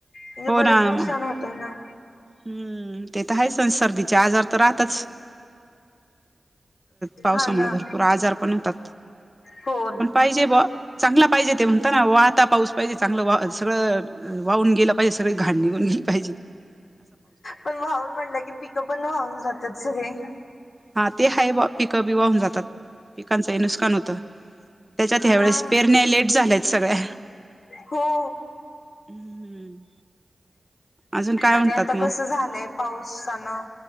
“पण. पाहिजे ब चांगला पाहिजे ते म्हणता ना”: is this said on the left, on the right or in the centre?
Right